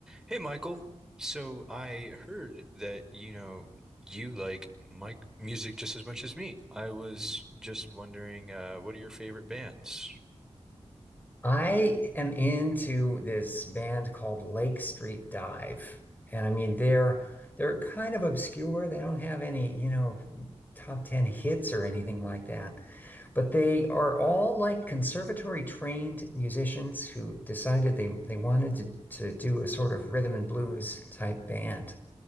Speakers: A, in the centre; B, on the left.
A: Hey Michael, so I heard that you know you like Mike music just as much as me. I was just wondering, uh, what are your favorite bands?
B: I am into this band called Lake Street Dive. And I mean they're they're kind of obscure. They don't have any, you know, top 10 hits or anything like that. But they are all like conservatory trained musicians who decided they they wanted to to do a sort of rhythm and blues type band.